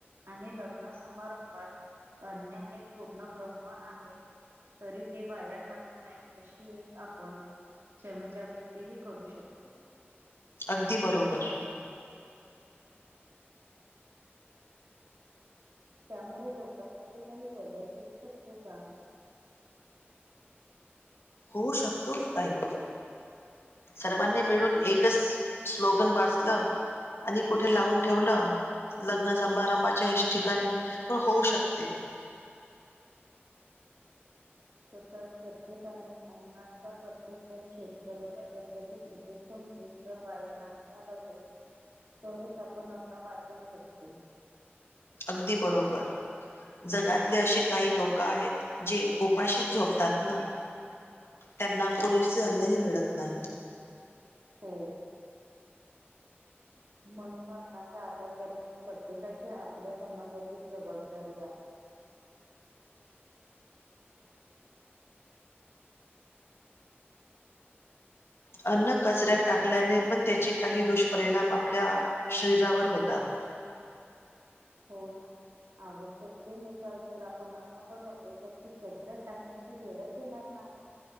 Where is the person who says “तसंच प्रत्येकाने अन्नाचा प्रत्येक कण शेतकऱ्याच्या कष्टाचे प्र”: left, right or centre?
Right